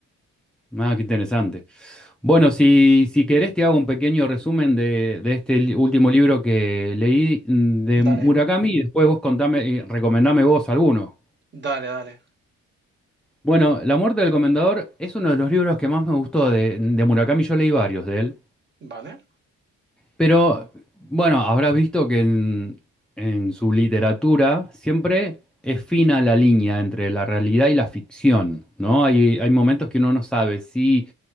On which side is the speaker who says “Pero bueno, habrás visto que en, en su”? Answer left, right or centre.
Centre